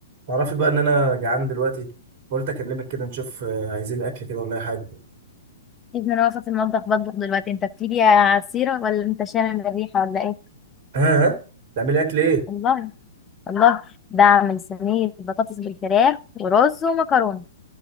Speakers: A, on the right; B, on the left.
A: تعرفي بقى ان انا جعان دلوقتي قلت اكلمك كده نشوف آه، عايزين اكل كده ولا اي حاجه
B: ابن انا واقفه في المطبخ بطبخ دلوقتي انت بتيجي يا عصيره ولا انت شامم الريحه ولا ايه
A: ها ها تعملي اكل ايه
B: والله والله ده اعمل صينيه بطاطس بالفراخ ورز ومكرونه